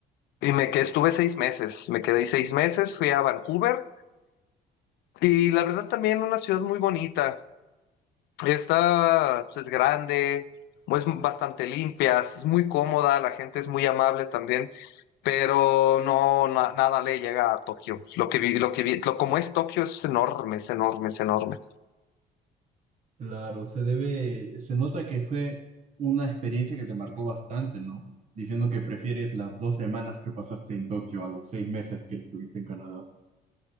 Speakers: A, on the left; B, on the right.
A: y me que estuve seis meses. Me quedé ahí seis meses, fui a Vancouver y la verdad también una ciudad muy bonita. Está, pues, es grande, es bastante limpia, es muy cómoda, la gente es muy amable también. pero no, na- nada le llega a Tokio. Lo que vi, lo que vi, lo, como es Tokio es enorme, es enorme, es enorme.
B: Claro, se debe, se nota que fue una experiencia que te marcó bastante, ¿no? Diciendo que prefieres las dos semanas que pasaste en Tokio a los seis meses que estuviste en Canadá.